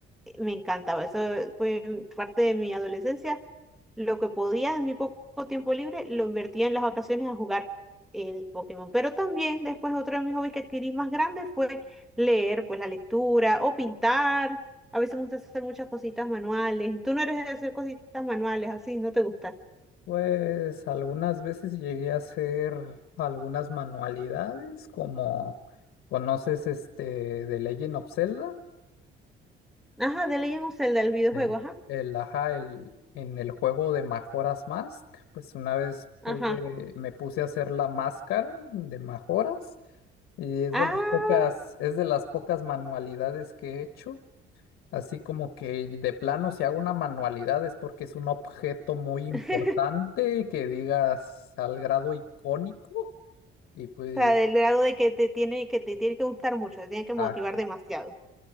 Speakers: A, in the centre; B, on the left.
A: eh, me encantaba, eso fue parte de mi adolescencia, lo que podía en mi poco tiempo libre lo invertía en las vacaciones a jugar el Pokémon, pero también después otro de mis hobbies que adquirí más grande fue leer, pues la lectura o pintar. A veces me gusta hacer muchas cositas manuales. Tú no eres de hacer cositas manuales así, no te gusta.
B: Pues algunas veces llegué a hacer algunas manualidades, como conoces este de Legend of Zelda.
A: Ajá, de Legend of Zelda, el videojuego,
B: El,
A: ajá.
B: el, ajá, el, en el juego de Majora's Mask, pues una vez
A: Ajá.
B: pude, me puse a hacer la máscara de Majoras y es
A: Ah,
B: de las pocas, es de las pocas manualidades que he hecho. Así como que de plano, si hago una manualidad es porque es un objeto muy
A: <laughs>
B: importante
A: o
B: que digas al grado icónico y pues,
A: sea, del grado de que te tiene que te tiene que gustar mucho, te tiene que motivar
B: ah,
A: demasiado.